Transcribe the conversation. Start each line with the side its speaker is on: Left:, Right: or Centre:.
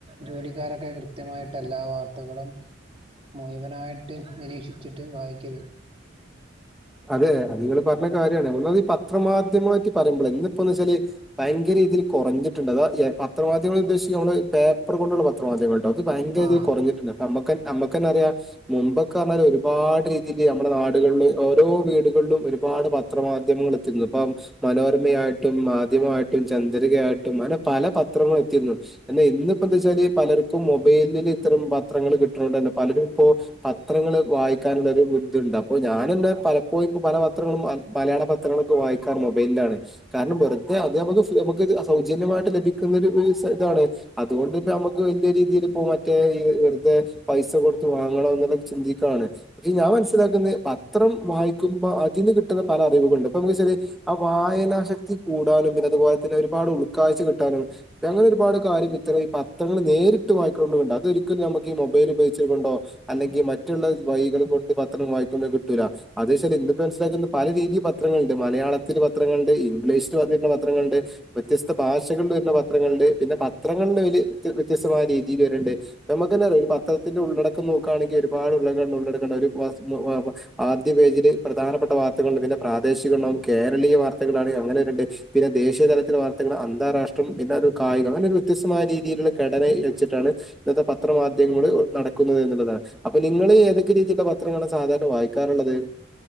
Right: ജോലിക്കാരൊക്കെ കൃത്യമായിട്ട് എല്ലാ വാർ ത്തകളും മുയുവനായിട്ട് നിരീക്ഷിച്ചിട്ട് വായിക്കല്
Centre: അതെ അത് ങ്ങള് പറഞ്ഞത് കാര്യാണ് ഒന്നാമത് ഈ പത്രമാ ധ്യമങ്ങള പറ്റി പറയുമ്പോളെ ഇന്നിപ്പോന്ന് വെച്ചാല് ഭയങ്കര രീതില് കുറഞ്ഞിട്ട്ണ്ടത് അതാ ആ യെ പത്ര മാധ്യമങ്ങള് ഉദ്ദേശ് ഞമ്മള് പേപ്പർ കൊണ്ടുള്ള പത്രമാധ്യങ്ങൾ അത് ഭയങ്കര രീതില്
Right: ആഹ്
Centre: കൊറഞ്ഞിട്ട്ണ്ട് പ്പ മ്മക്കൻ അമ്മ്ക്കന്നറയാം മുമ്പൊക്ക പറഞ്ഞാലെ ഒരു പാട് രീതില് നമ്മുടെ നാടുകള്ല് ഓരോ വീടുകളിലും ഒരുപാട് പത്രമാധ്യമങ്ങൾ എത്തീര്ന്നു ഇപ്പം മനോരമയായിട്ടും മാധ്യമായിട്ടും ചന്ദ്രികയായിട്ടും അങ്ങനെ പല പത്രങ്ങളും എത്തിരുന്നു എന്ന ഇന്നിപ്പോ എന്തച്ചാല് പലർക്കും മൊബൈലില് ഇത്തരം പത്രങ്ങള് കിട്ടണോണ്ടന്നെ പലരും ഇപ്പോ പത്രങ്ങള് വായിക്കാനുള്ളരു ബുദ്ധ്യുണ്ട് അപ്പോ ഞാനന്നെ പലപ്പോഴും പ്പ പല പത്രങ്ങളും ആൻ മലയാള പത്രങ്ങളൊക്ക വായിക്കാറ് മൊബൈലിലാണ് കാരണം വെറുതെ അത് നമക്ക് ഫ് നമുക്ക് ജ് അ സൗജന്യമായിട്ട് ലഭിക്കുന്ന ഒരു ഉ സ താണ് അതുകൊണ്ട് ഇപ്പ നമുക്ക് വല്യേ രീതില് പ്പോ മറ്റേ ഈ വെ വെറുതെ പൈസ കൊടുത്ത് വാങ്ങണോ ന്ന്ള്ളത് ചിന്തിക്കാണ് പക്ഷെ ഞാൻ മനസ്സിലാക്കുന്നത് പ ത്രം വായിക്കുമ്പ അതിന് കിട്ടുന്ന പല അറിവുകളുണ്ട് പ്പൊ മുക്ക് ശരി ആ വായനാശക്തി കൂടാനും പിന്നെ അതുപോലെ തന്നെ ഒരുപാട് ഉൾക്കാഴ്ച കിട്ടാനും അങ്ങനെ ഒരുപാട് കാര്യം ഇത്രേം ഈ പത്രങ്ങള് നേരിട്ട് വായിക്കണോണ്ട് ഉ അതൊരിക്കലും നമുക്ക് ഈ മൊബൈല് ഉപയോഗിച്ചത് കൊണ്ടോ അല്ലെങ്കി മറ്റുള്ള വയികള് കൊണ്ട് പത്രം വായിക്കുന്ന റ്റൂല അത്ശാല് ഇന്ന്പ്പ <unintelligible> പല രീതി പത്രങ്ങള്ണ്ട് മലയാളത്തില് പത്രങ്ങള്ണ്ട് ഇംഗ്ലീഷില് പറഞ്ഞിരിക്കണ പത്ര ങ്ങള്ണ്ട് വ്യത്യസ്ത ഭാഷകളല് വരുന്ന പത്രങ്ങള്ണ്ട് പിന്നെ പത്രങ്ങളന്നെ അതില് വ്യത്യ വ്യത്യസ്തമായ രീതില് വരെ ണ്ട് നമുക്കന്നെ ഈ പത്രത്തിന്റെ ഉള്ളടക്കം നോക്കണെങ്കി ഒരുപാട് ഉള്ള <unintelligible> ഉള്ളടക്കണ്ട് അവര് വസ് മ വ പ ആദ്യ പേജില് പ്രധാനപ്പെട്ട വാർത്തകളുണ്ട് പിന്നെ പ്രാദേശികണ്ടാവും കേരളീയ വാർത്തകളാണേ അങ്ങനെ വര്ണ്ട് പിന്നെ ദേ ദേശീയതലത്തിലെ വാർത്തകള് അന്താരാഷ്ട്രം പിന്നെ ഒരു കായികം അങ്ങനെ ഒരു വ്യത്യസ്തമായ രീതിയിലുള്ള ഘടനയ് വെച്ചിട്ടാണ് ഇന്നത്തെ പത്രമാധ്യമങ്ങൾ നടക്കുന്നത് എന്നുള്ളതാണ് അപ്പൊ നിങ്ങള് ഏതൊക്കെ രീതിയിലുള്ള പത്രങ്ങളാ സാധാരണ വായി ക്കാറുള്ളത്